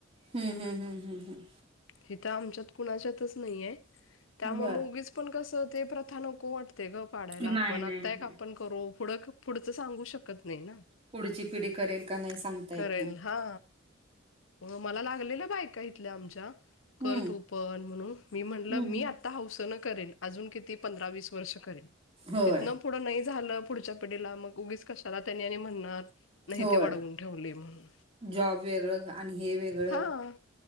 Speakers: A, on the right; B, on the left.
A: हम्म-हम्म, हम्म-हम्म.
B: हिथं आमच्यात कुणाच्यातच नाहीये, त्यामुळे
A: बर
B: ऊगीच. पण कसं ते? प्रथा नको वाटते गं पाडायला.
A: नाही
B: आपण
A: नाही
B: आता
A: नाही
B: एक आपण पुढं-पुढंच सांगू शकत नाही ना.
A: पुढची पिढी करेल का नाही, सांगता
B: करेल
A: येत नाही.
B: हा, म मला लागलेल्या बायका इथल्या आमच्या कर
A: हम्म
B: तू पण म्हणून, मी म्हंटलं
A: हम्म
B: मी आ हौसन करेन अजून किती? पंधरा-वीस वर्ष करेल
A: होय
B: तिथनं पुढं नाही झालं, पुढच्या पिढीला मग उगीच कशाला त्यांनी आणि म्हणणार नाही,
A: होय
B: ते वाढवून ठेवले म्हणून.
A: जॉब वेगळं आणि हे वेगळं
B: हा